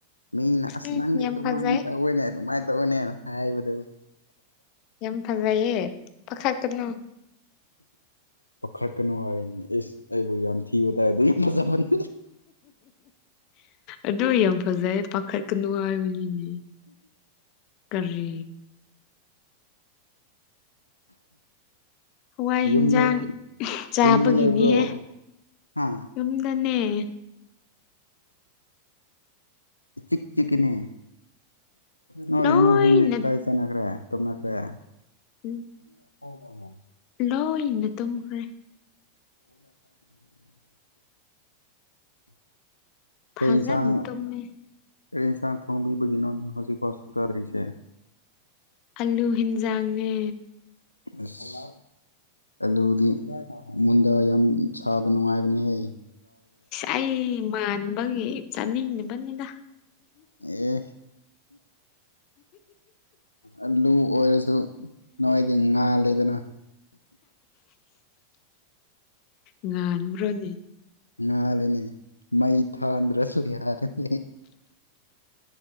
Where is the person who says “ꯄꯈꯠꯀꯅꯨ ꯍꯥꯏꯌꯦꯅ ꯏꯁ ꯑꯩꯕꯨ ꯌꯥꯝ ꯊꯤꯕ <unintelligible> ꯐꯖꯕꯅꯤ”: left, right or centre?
Left